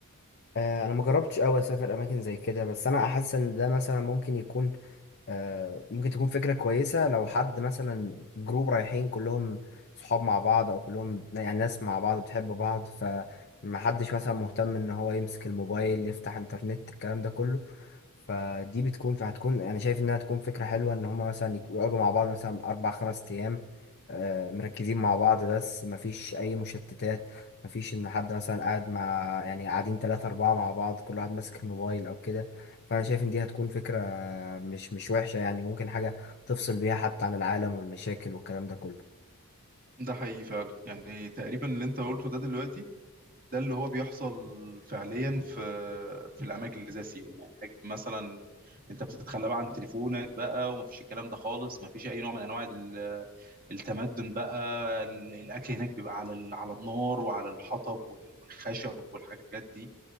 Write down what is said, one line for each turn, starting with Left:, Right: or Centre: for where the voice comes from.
Left: آه انا ما جربتش قوي اسافر اماكن زي كده بس انا احس ان ده مثلا ممكن يكون آه، ممكن تكون فكرة كويسة لو حد مثلا جروب رايحين كلهم صحاب مع بعض أو كلهم يعني ناس مع بعض بتحب بعض فمحدش مثلا مهتم إن هو يمسك الموبايل يفتح إنترنت الكلام ده كله فدي بتكون هتكون أنا شايف إنها تكون فكرة حلوة إن هما مثلا يك- يقعدوا مع بعض مثلا أربع خمس أيام آه، مركزين مع بعض بس مفيش أي مشتتات مفيش إن حد مثلا قاعد مع يعني قاعدين تلاتة أربعة مع بعض كل واحد ماسك الموبايل أو كده فانا شايف ان دي هتكون فكرة مش مش وحشة يعني ممكن حاجة تفصل بيها حتى عن العالم والمشاكل والكلام ده كله
Right: ده حقيقي فعلا يعني تقريبا اللي انت قلته ده دلوقتي ده اللي هو بيحصل فعليا في في الاماكن اللي زي سيوه يعني هناك مثلا انت بتتخلى بقى عن تليفونك بقى ومفيش الكلام ده خالص مفيش اي نوع من انواع التمدن بقى ال- الاكل هناك بيبقى على ال- على النار وعلى الحطب وال- والخشب والحاجات دي